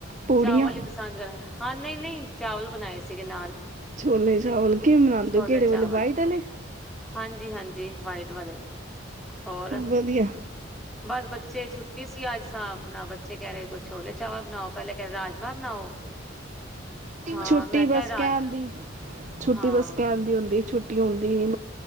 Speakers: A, on the right; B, in the centre.
A: ਪੂੜੀਆਂ
B: ਚਾਵਲ ਈ ਪਸੰਦ ਕਰਨ ਹਾਂ ਨਹੀਂ-ਨਹੀਂ ਚਾਵਲ ਬਣਾਏ ਸੀਗੇ ਨਾਲ।
A: ਛੋਲੇ ਚਾਵਲ ਕਿਵੇਂ ਬਣਾਦੇ
B: ਛੋਲੇ
A: ਹੋ ਕਿਹੜੇ
B: ਚਾਵਲ
A: ਵਾਲੇ ਵਾਈਟ ਵਾਲੇ?
B: ਹਾਂਜੀ ਹਾਂਜੀ ਵਾਈਟ ਵਾਲੇ ਹੋਰ,
A: ਵਧੀਆ
B: ਬਸ ਬੱਚੇ ਛੁੱਟੀ ਸੀ ਅੱਜ ਹਾਂ ਆਪਣਾ ਬੱਚੇ ਕਹਿ ਰਹੇ ਕੁਛ ਛੋਲੇ ਚਾਵਲ ਬਣਾਓ ਪਹਿਲਾਂ ਕਹਿ ਰਹੇ ਰਾਜਮਾ ਬਣਾਓ, ਹਾਂ
A: ਛੁੱਟੀ
B: ਮੈਂ
A: ਬਸ
B: ਕਿਹਾ ਰਾਜ
A: ਕਹਿਣ ਦੀ ਛੁੱਟੀ
B: ਹਾਂ
A: ਬਸ ਕਹਿਣ ਦੀ ਹੁੰਦੀ ਛੁੱ ਟੀ ਹੁੰਦੀ ਨਹੀਂ